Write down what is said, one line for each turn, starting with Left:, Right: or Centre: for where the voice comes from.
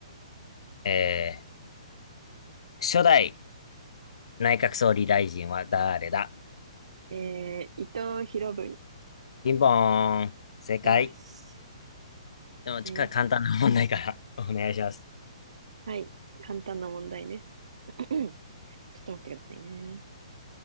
Left: えー初代内閣総理大臣は誰だ
Right: うん。えー、伊藤博文。
Left: ピンポーン。正解。
Right: よし。
Left: でも、ちか、
Right: えー、
Left: 簡単な問題から <laughs> お願いします。
Right: はい。簡単な問題ね。<coughs> <clears throat> ちょっと待ってくださいね。